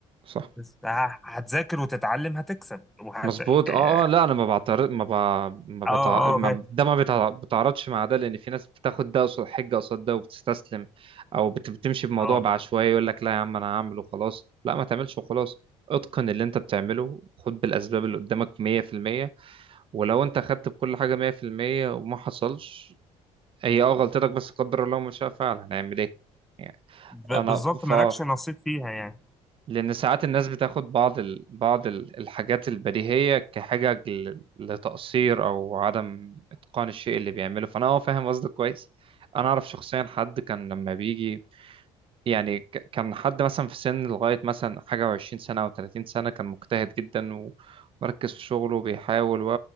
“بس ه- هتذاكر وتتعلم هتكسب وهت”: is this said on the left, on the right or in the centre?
Centre